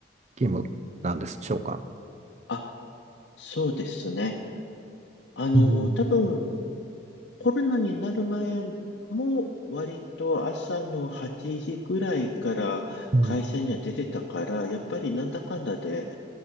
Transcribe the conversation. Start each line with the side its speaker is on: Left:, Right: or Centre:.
Right: 勤務なんでしょうか。
Left: あ、そうですね。あのー多分、
Right: うん、
Left: コロナになる前も割と朝の8時ぐらいから会社には出てたから、
Right: うん、
Left: やっぱりなんだかんだで